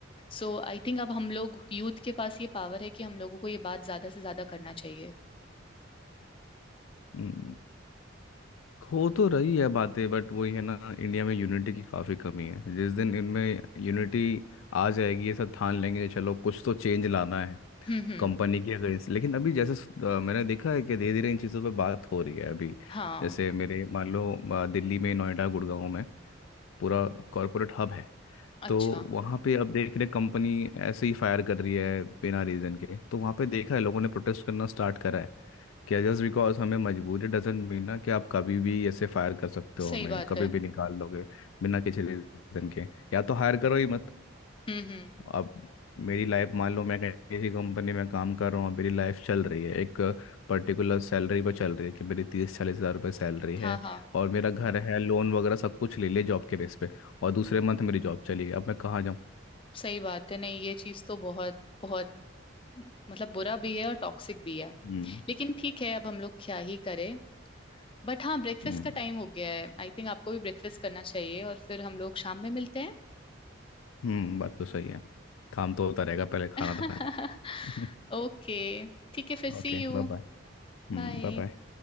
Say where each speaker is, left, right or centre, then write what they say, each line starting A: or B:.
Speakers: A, on the left; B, on the left.
A: सो आई थिंक अब हम लोग यूथ के पास ये पावर है कि हम लोगों को ये बात ज्यादा से ज्यादा करना चाहिए
B: हम्म, हो तो रही है बातें बट वही है ना इंडिया में यूनिटी की काफ़ी कमी है जिस दिन इनमें यूनिटी आ जाएगी ये सब ठान लेंगे कि चलो कुछ तो चेंज लाना है
A: हम्म हम्म
B: कंपनी के अगेंस्ट लेकिन अभी जैसे स- अ, मैंने देखा है कि धीरे धीरे इन चीज़ों पे बात हो रही है अभी
A: हाँ
B: जैसे मेरे मान लो अ, दिल्ली में नोएडा गुड़गांव में पूरा कॉरपोरेट हब है
A: अच्छा
B: तो वहाँ पे अब देख रहे कंपनी ऐसे ही फायर कर रही है बिना रीज़न के तो वहाँ पे देखा है लोगों ने प्रोटेस्ट करना स्टार्ट करा है कि जस्ट बिकॉज हमें मजबूरी डजेंट मीन ना कि आप कभी भी ऐसे फायर कर सकते हो
A: सही
B: हमें
A: बात
B: कभी
A: है
B: भी निकाल लोगे बिना किसी रीज़न के या तो हायर करो ही मत
A: हम्म हम्म
B: अब मेरी लाइफ मान लो मैं कहीं किसी कंपनी में काम कर रहा हूँ मेरी लाइफ चल रही है एक पर्टिकुलर सैलरी पर चल रही है कि मेरी तीस चालीस हज़ार रुपये सैलरी
A: हाँ
B: है
A: हाँ
B: और मेरा घर है लोन वगैरह सब कुछ ले ले जॉब के बेस पे और दूसरे मंथ मेरी जॉब चली गई अब मैं कहाँ जाऊँ
A: सही बात है नहीं ये चीज तो बहुत बहुत मतलब बुरा भी है और टॉक्सिक भी है
B: हम्म
A: लेकिन ठीक है अब हम लोग क्या ही करें बट हाँ ब्रेकफास्ट
B: हम्म
A: का टाइम हो गया है आई थिंक आपको भी ब्रेकफास्ट करना चाहिए और फिर हम लोग शाम में मिलते हैं
B: हम्म, बात तो सही है काम तो होता रहेगा पहले खाना
A: <laughs>
B: तो खा ले
A: ओके ठीक
B: <laughs>
A: है फिर सी
B: Okay
A: यू
B: bye bye Hmm
A: बाय
B: bye bye